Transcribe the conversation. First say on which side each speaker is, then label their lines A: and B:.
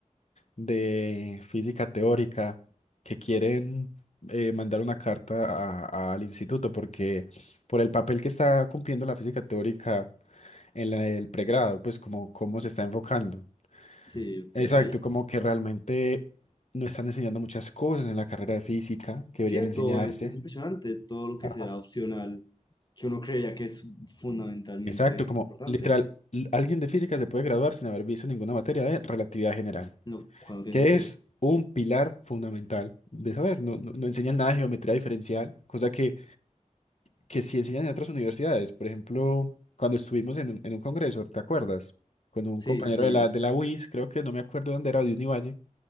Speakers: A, on the left (about 60°); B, on the left (about 35°).
A: de física teórica que quieren eh, mandar una carta a- al instituto porque por el papel que está cumpliendo la física teórica en la- el pregrado, pues como cómo se está enfocando.
B: Sí, ok.
A: Exacto, como que realmente no están enseñando muchas cosas en la carrera de física
B: Cierto,
A: que deberían enseñarse.
B: es, es impresionante todo lo que
A: Ajá.
B: sea opcional, que uno creía que es fundamentalmente
A: Exacto, como
B: importante,
A: literal, l- alguien de física se puede graduar sin haber visto ninguna materia de relatividad general,
B: lo cual no tiene
A: que
B: sentido.
A: es un pilar fundamental de saber. No, no, no enseñan nada de geometría diferencial, cosa que, que sí enseñan en otras universidades. Por ejemplo, cuando estuvimos en, un en un congreso, ¿te acuerdas? Con un
B: Sí,
A: compañero
B: sí, sí.
A: de la, de la UIS, creo que no me acuerdo dónde era, de Univalle,